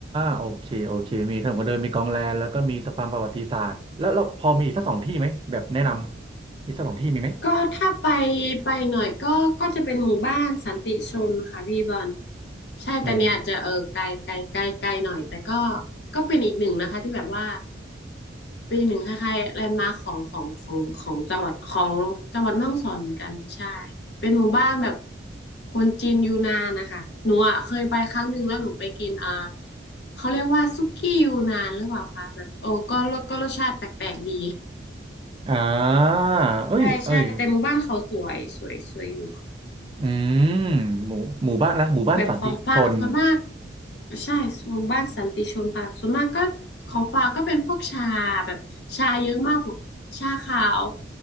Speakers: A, on the right; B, on the left.
A: โอเคโอเคมีถนนคนเดินมีกองแลนแล้วก็มีสะพานประวัติศาสตร์แล้วเราพอมีอีกสักสองที่ไหมแบบแนะนำมีสักสองที่มีไหม
B: ก็ถ้าไปไปหน่อยก็ก็จะเป็นหมู่บ้านสันติชนค่ะพี่บอลใช่แต่เนี่ยอาจจะเออไกลไกลไกลไกลหน่อยแต่ก็
A: หมู
B: ก็เป็นอีกหนึ่งนะคะที่แบบว่าเป็นอีกหนึ่งคล้ายๆแลนด์มาร์คของของของของจังหวัดของจังหวัดแม่ฮ่องสอนเหมือนกันใช่เป็นหมู่บ้านแบบคนจีนยูนานนะคะหนูอ่ะเคยไปครั้งหนึ่งแล้วหนูไปกินอ่าเขาเรียกว่าซุกี้ยูนานหรือเปล่าคะแบบโอ้ก็ก็รสชาติแปลกๆดี
A: อ่าเอ้ยเอ้ย
B: ใช่ใช่แต่หมู่บ้านเขาสวยสวยสวยอยู่ค่ะ
A: อืมหมู่หมู่บ้านนะหมู่บ้านสันติชน
B: แบบของฝากส่วนมากใช่หมู่บ้านสันติชนค่ะส่วนมากก็ของฝากก็เป็นพวกชาแบบชาเยอะมากพวก <clears throat> ชาขาว